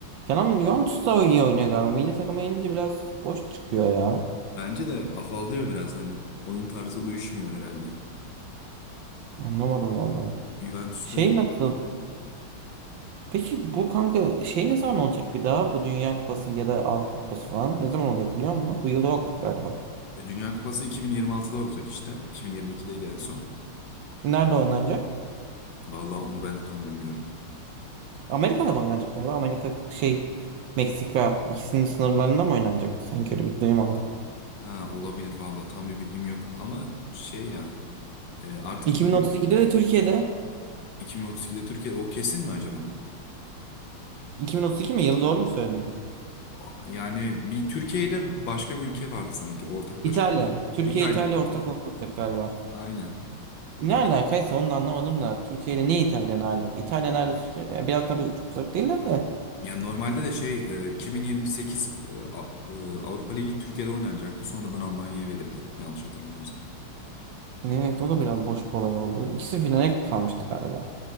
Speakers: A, on the right; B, on the left.
A: Kenan Juventus da iyi oynuyor galiba. Milli takıma gelince biraz boş çıkıyor ya.
B: Bence de afallıyor biraz hani oyun tarzı uyuşmuyor herhalde.
A: Anlamadım valla.
B: Juventus
A: Şey
B: da iyi.
A: nasıl? Peki bu kanka şey ne zaman olacak bir daha? Bu Dünya Kupası ya da Avrupa Kupası falan ne zaman olacak biliyor musun? Bu yıl yok galiba.
B: E, Dünya Kupası 2026'da olacak işte. 2022'deydi en son.
A: Nerede oynanacak?
B: Vallahi onu ben de tam bilmiyorum.
A: Amerika'da mı oynanacak galiba? Amerika şey Meksika ikisinin sınırlarında mı oynanacaktı? Sanki öyle bir duyum aldım.
B: Ha olabilir vallahi tam bir bilgim yok ama şey ya e, artık
A: 2032'de
B: iki-
A: de Türkiye'de.
B: 2032'de Türkiye o kesin mi acaba?
A: 2032 mi? Yıl doğru mu söyledim?
B: O- Yani bir Türkiye ile başka bir ülke vardı sanki ortaklaşa
A: İtalya.
B: oldu.
A: Türkiye
B: İtalya.
A: İtalya ortak olacak galiba.
B: Aynen.
A: Ne alakaysa onu da anlamadım da. Türkiye ile ne İtalya ne alaka? İtalya nerede Türkiye? Yani biraz tabii çok uzak değiller de.
B: Yani normalde de şey e, 2028 e, A- e, Avrupa Ligi Türkiye'de oynanacaktı. Sonradan Almanya'ya verildi. Yanlış hatırlamıyorsam.
A: Evet o da biraz boş bir olay oldu. İkisi finale kalmıştı galiba.